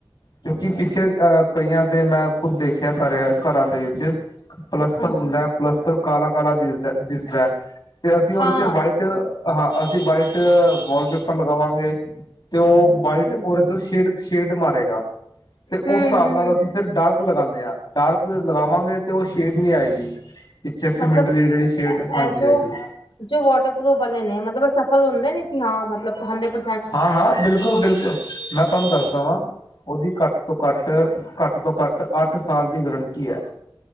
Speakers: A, on the left (about 60°); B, on the left (about 85°).
A: ਕਿਉਂਕਿ ਪਿੱਛੇ ਅਹ ਕਈਆਂ ਤੇ ਮੈਂ ਖੁੱਦ ਦੇਖਿਆ ਕਰਿਆ ਘਰਾਂ ਦੇ ਵਿੱਚ ਪਲਸਤਰ
B: ਹਾਂਜੀ
A: ਹੁੰਦਾ। ਪਲਸਤਰ ਕਾਲਾ ਕਾਲਾ ਦਿਸਦਾ ਦਿਸਦਾ ਹੈ ਤੇ ਅਸੀਂ ਉਹਦੇ
B: ਹਾਂ
A: ਚ ਵਾਈਟ। ਹਾਂ ਅਸੀਂ ਵਾਈਟ ਵਾਲਪੇਪਰ ਲਗਾਵਾਂਗੇ। ਤੇ ਉਹ ਵਾਈਟ
B: ਹੂੰ
A: ਉਹਦੇ ਚੋਂ ਸ਼ੇਡ ਸ਼ੇਡ ਮਾਰੇਗਾ ਤੇ
B: ਹੂੰ
A: ਉਸ ਹਿਸਾਬ
B: ਹੂੰ
A: ਨਾਲ ਅਸੀਂ। ਫਿਰ ਡਾਰਕ ਲਗਾਉਂਦੇ ਹਾਂ ਡਾਰਕ ਲਗਾਵਾਂਗੇ ਤੇ ਉਹ ਸ਼ੇਡ ਨਹੀ ਆਏਗੀ। ਪਿੱਛੇ ਸੀਮਿੰਟ
B: ਮਤਲਬ
A: ਦੀ ਜਿਹੜੀ ਸ਼ੇਡ
B: ਇਹ
A: ਹਾਂਜੀ
B: ਜੋ
A: ਹਾਂਜੀ।
B: ਜੋ ਵਾਟਰਪ੍ਰੂਫ ਵਾਲੇ ਨੇ ਮਤਲਬ ਸਫਲ ਹੁੰਦੇ ਨੇ ਹਾਂ ਮਤਲਬ ਹੰਡਰਡ ਪ
A: ਹਾਂ, ਹਾਂ ਬਿਲਕੁਲ, ਬਿਲਕੁਲ ਮੈਂ ਤੁਹਾਨੂੰ ਦੱਸਦਾ ਵਾਂ। ਉਹਦੀ ਘੱਟ ਤੋਂ ਘੱਟ ਘੱਟ ਤੋਂ ਘੱਟ ਅੱਠ ਸਾਲ ਦੀ ਗਰੰਟੀ ਹੈ।